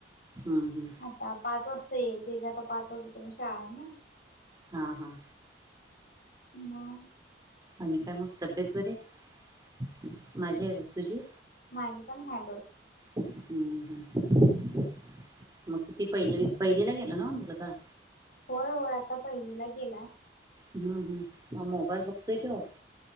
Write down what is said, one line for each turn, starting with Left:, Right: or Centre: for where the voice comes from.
Right: हम्म हम्म
Left: त्या पाच वाजता येईल. त्याची आता पाच वाजेपर्यंत शाळा आहे ना?
Right: हा, हा.
Left: हम्म.
Right: आणि काय मग? तब्येत बरी आहे माझी, आहे तुझी?
Left: माझी पण आहे बरं.
Right: हम्म हम्म मग किती पाहिलवीत पहिला गेला ना, मुलं का?
Left: होय, होय. आता पहिलीला गेलाय.
Right: हम्म, हम्म. मोबाईल वागतोय तो.